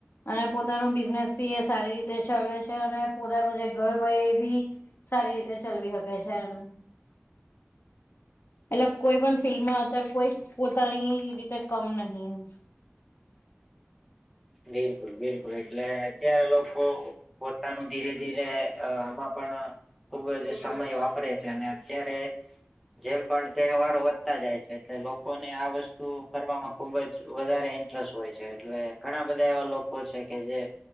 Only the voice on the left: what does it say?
અને પોતાનું બિઝનેસ બી એ સારી રીતે ચલાવે છે અને પોતાનું જે ઘર હોય એ બી સારી રીતે ચલવી હકે છે એમ એટલે કોઈ પણ ફિલ્ડમાં અત્યારે કોઈ પોતાની રીતે કમ નહી એમ